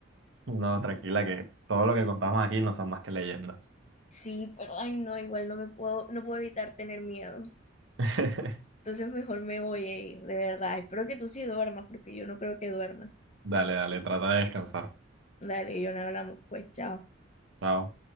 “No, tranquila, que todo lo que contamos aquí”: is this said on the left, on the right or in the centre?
Right